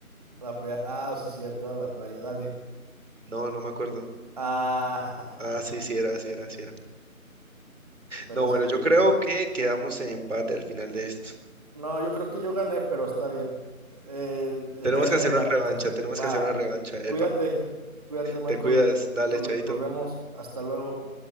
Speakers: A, on the right; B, on the right.
A: La pe- ah, sí, cierto, a la playa, dale.
B: No, no me acuerdo.
A: Ah,
B: Ah, sí, sí era, sí era, sí era.
A: <laughs> yo te
B: No,
A: la
B: bueno,
A: saqué
B: yo
A: bien.
B: creo que quedamos en empate al final de esto.
A: No, yo creo que yo gané, pero está bien. Eh, eh,
B: Tenemos
A: queda
B: que
A: en
B: hacer
A: empate
B: una revancha,
A: para que.
B: tenemos
A: Va,
B: que hacer una revancha, epa.
A: cuídate, cuídate, Michael.
B: Te cuidas, dale,
A: Nos,
B: chaito.
A: ve- nos vemos. Hasta luego.